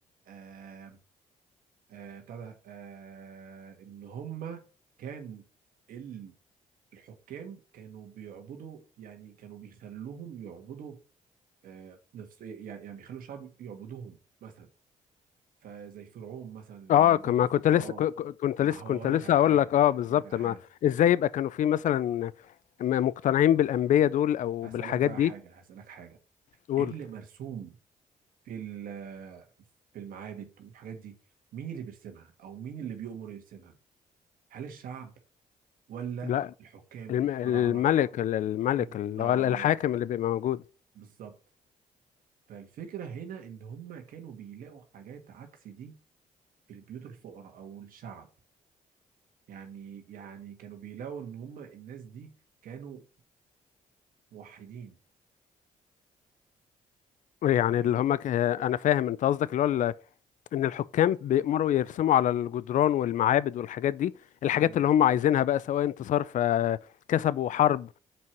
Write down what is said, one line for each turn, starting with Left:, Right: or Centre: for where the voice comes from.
Right: آه آه بتاع ده آه ان هم كان ال- الحكام كانوا بيعبدوا يعني كانوا بيخلوهم يعبدوا آه، نفس يعني يعني بيخلوا الشعب يعبدوهم مثلا فزي فرعون مثلا لما
Left: اه
Right: اتذكر
Left: كما
Right: في
Left: كنت
Right: القرآن
Left: لسه ك- ك- كنت
Right: ما
Left: لسه
Right: هو
Left: كنت
Right: هقول
Left: لسه
Right: لك على
Left: هقول
Right: حاجة
Left: لك اه بالظبط
Right: بقول لك على
Left: ما
Right: حاجة
Left: ازاي يبقى كانوا فيه مثلا م- مقتنعين بالانبياء دول او
Right: هسألك
Left: بالحاجات
Right: بقى
Left: دي
Right: حاجة هسألك حاجة
Left: قول
Right: ايه اللي مرسوم في ال- في المعابد والحاجات دي مين اللي بيرسمها او مين اللي بيؤمر يرسمها هل الشعب ولا
Left: لا
Right: الحكام
Left: الم-
Right: والفراعنة
Left: الملك ال- الملك
Right: بالظبط
Left: اللي هو الحاكم اللي بيبقى موجود
Right: بالظبط فالفكرة هنا ان هم كانوا بيلاقوا حاجات عكس دي في البيوت الفقراء او الشعب يعني يعني كانوا بيلاقوا ان هم الناس دي كانوا موحدين
Left: يعني
Right: فاهمني
Left: اللي هم ك... انا فاهم انت قصدك اللي هو ان الحكام بيأمروا يرسموا على الجدران والمعابد والحاجات دي الحاجات
Right: مم.
Left: اللي هم عايزينها بقى سواء انتصار فكسبوا حرب